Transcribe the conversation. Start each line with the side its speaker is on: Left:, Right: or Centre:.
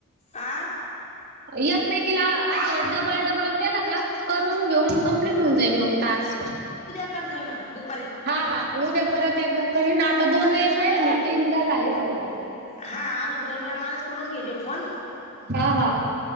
Left: आ
Right: एकमेकिला असं डबल डबल केला का करून घेऊन कंम्पलिट होऊन जाइल मंग टास्क
Left: करजोना दुप
Right: हा हा उद्या परत एकदा कळेना आता दोन वेळेस राहिलेना तीनदा झालेत आता
Left: हा अजुन दोन वेळा मलाच करुन घे जो फोन
Right: हा हा